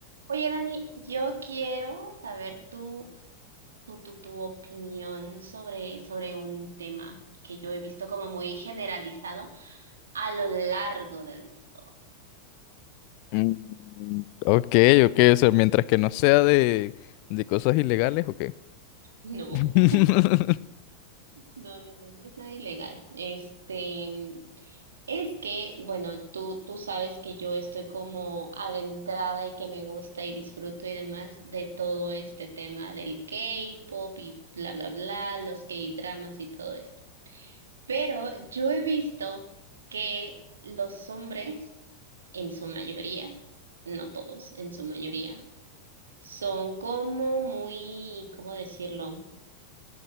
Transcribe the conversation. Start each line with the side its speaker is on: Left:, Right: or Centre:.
Right: Oye, Dani, yo quiero saber tu, tu, tu, tu opinión sobre, sobre un tema que yo he visto como muy generalizado a lo largo del mundo.
Left: Mm, Ok, ok, o sea, mientras que no sea de, de cosas ilegales, ok.
Right: <laughs>
Left: <laughs>
Right: No, no, no, no, no es nada ilegal. Este, es que, bueno, tú, tú sabes que yo estoy como adentrada y que me gusta y disfruto y demás de todo este tema del K-pop y bla, bla, bla, los K-dramas y todo esto. Pero yo he visto que los hombres, en su mayoría, no todos, en su mayoría, son como muy, ¿cómo decirlo?